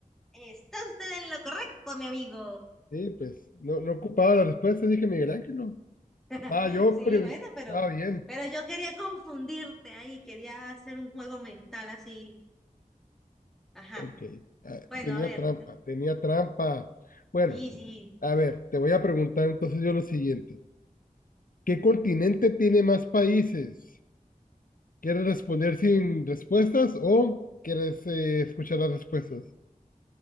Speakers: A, in the centre; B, on the left.
A: Está usted en lo correcto, mi amigo.
B: sí, pues no, no ocupaba la respuesta, dije Miguel Ángelo.
A: <laughs>
B: Ah, yo
A: Sí,
B: prim-
A: bueno, pero,
B: estaba bien.
A: pero yo quería confundirte ahí, quería hacer un juego mental así. Ajá.
B: Ok, ah,
A: Bueno,
B: tenía
A: a ver.
B: trampa, tenía trampa. Bueno,
A: Sí, sí.
B: a ver, te voy a preguntar entonces yo lo siguiente. ¿Qué continente tiene más países? ¿Quieres responder sin respuestas o quieres eh, escuchar las respuestas?